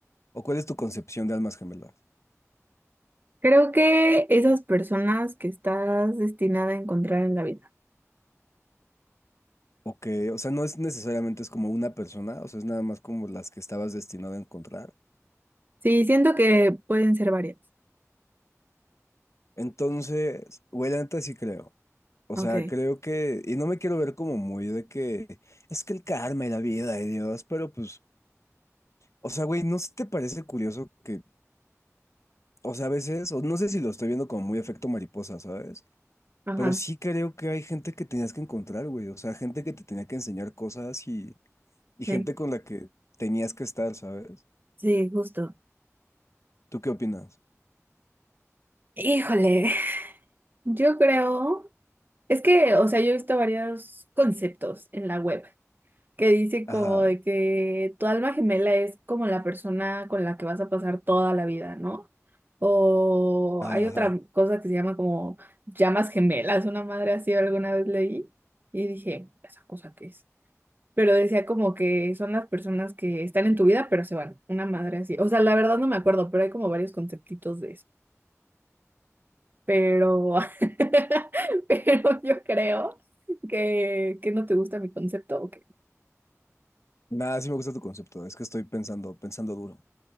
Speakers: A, on the left; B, on the right.
A: ¿O cuál es tu concepción de almas gemelas?
B: Creo que esas personas que estás destinada a encontrar en la vida.
A: O que, o sea, no es necesariamente es como una persona, o sea, es nada más como las que estabas destinado a encontrar.
B: Sí, siento que pueden ser varias.
A: Entonces, güey, la neta sí creo. O
B: Ok,
A: sea, creo que, y no me quiero ver como muy de que es que el karma y la vida y Dios, pero pues, o sea, güey, ¿no se te parece curioso que, o sea, a veces, o no sé si lo estoy viendo como muy efecto mariposa, ¿sabes?
B: ajá,
A: Pero sí creo que hay gente que tenías que encontrar, güey. O sea, gente que te tenía que enseñar cosas y, y
B: sí,
A: gente con la que tenías que estar, ¿sabes?
B: sí, justo.
A: ¿Tú qué opinas?
B: Híjole, yo creo, es que, o sea, yo he visto varios conceptos en la web que dice
A: Ajá,
B: como de que tu alma gemela es como la persona con la que vas a pasar toda la vida, ¿no? O
A: ajá,
B: hay otra
A: ajá.
B: cosa que se llama como llamas gemelas, una madre así alguna vez leí y dije, ¿esa cosa qué es? Pero decía como que son las personas que están en tu vida, pero se van, una madre así. O sea, la verdad no me acuerdo, pero hay como varios conceptitos de eso. Pero, <laughs> pero yo creo que, que no te gusta mi concepto, ¿o qué?
A: Nada, sí me gusta tu concepto. Es que estoy pensando, pensando duro.